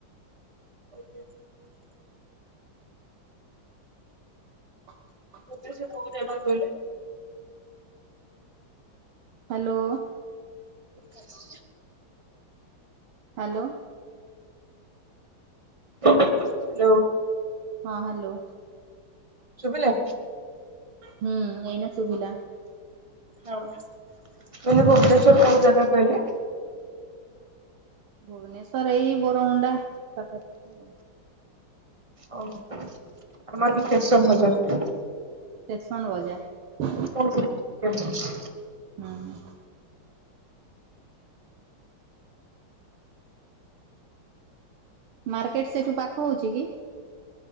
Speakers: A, on the right; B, on the right.
A: ଆଠା। <unintelligible>
B: <inaudible>
A: ମତେ ସେକୋଉ ଜାଗାକୁ କଇଁଲେ?
B: ହାଲୋ?
A: ହାଲୋ।
B: ହାଲୋ?
A: ହାଲୋ?
B: ହଁ ହାଲୋ।
A: ଶୁବିଲା?
B: ହୁଁ ଏଇନା ଶୁଭିଲା।
A: ହଁ ମୁଁ କହିଲି ଭୁବନେଶ୍ଵର କୋଉ ଜାଗା କହିଲେ?
B: ଭୁବନେଶ୍ଵର ଏଇ ବୋରମୁଣ୍ଡା ପାଖରେ। ହଁ।
A: ଓହୋ ଆମରବି ଷ୍ଟେସନ୍ ବଜାର।
B: ଷ୍ଟେସନ୍ ବଜାର।
A: <unintelligible>
B: ହୁଁ ହୁଁ ମାର୍କେଟ ସେଇଠୁ ପାଖ ହଉଚିକି?